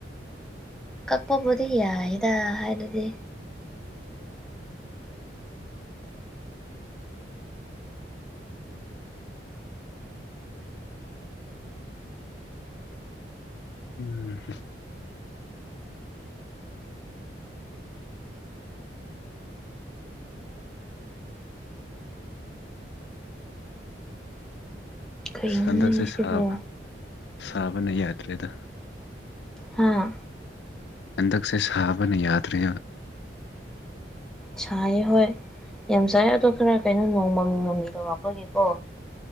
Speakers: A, in the centre; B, on the left.
A: ꯀꯛꯄꯕꯨꯗꯤ ꯌꯥꯏꯗ ꯍꯥꯏꯅꯗꯤ
B: ꯎꯝ
A: ꯀꯩꯅꯣꯅꯦ
B: ꯍꯟꯗꯛꯁꯦ
A: ꯁꯤꯕꯣ
B: ꯁꯥꯕ ꯁꯥꯕꯅ ꯌꯥꯗ꯭ꯔꯦꯗ
A: ꯍꯥꯥ
B: ꯍꯟꯗꯛꯁꯦ ꯁꯥꯕꯅ ꯌꯥꯗ꯭ꯔꯦ
A: ꯁꯥꯏ ꯍꯣꯏ ꯌꯥꯝ ꯆꯥꯏ ꯑꯗꯣ ꯈꯔ ꯀꯩꯅꯣ ꯅꯣꯡꯃꯃꯤ ꯃꯃꯤ ꯇꯧꯔꯛꯄꯒꯤꯀꯣ